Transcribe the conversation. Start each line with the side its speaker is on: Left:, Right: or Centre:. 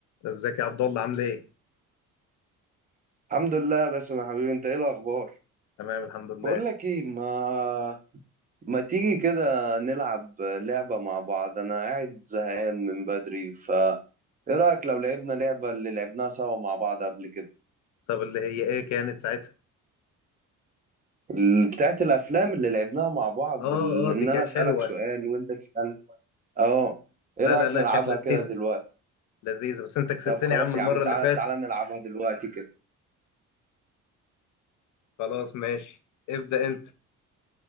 Left: ازيك يا عبد الله عامل ايه؟
Right: الحمد لله بس يا حبيبي انت ايه الاخبار
Left: تمام الحمد لله
Right: بقول لك ايه ما ما تيجي كده نلعب لعبة مع بعض انا قاعد زهقان من بدري ف ايه رأيك لو لعبنا لعبة اللي لعبناها سوا مع بعض قبل كده
Left: طب اللي هي ايه كانت ساعتها؟
Right: ال- بتاعت الافلام اللي لعبناها مع بعض
Left: اه
Right: ال-
Left: اه
Right: ان
Left: دي كانت
Right: انا اسألك
Left: حلوة
Right: سؤال وانت تسأل اه
Left: لا
Right: ايه رأيك
Left: لا لا
Right: نلعبها
Left: كانت لذيذة
Right: كده دلوقتي
Left: لذيذة بس انت كسبتني
Right: طب خلاص
Left: يا عم المرة
Right: يا عم تعالى
Left: اللي فاتت
Right: تعالى نلعبها دلوقتي كده
Left: خلاص ماشي ابدأ انت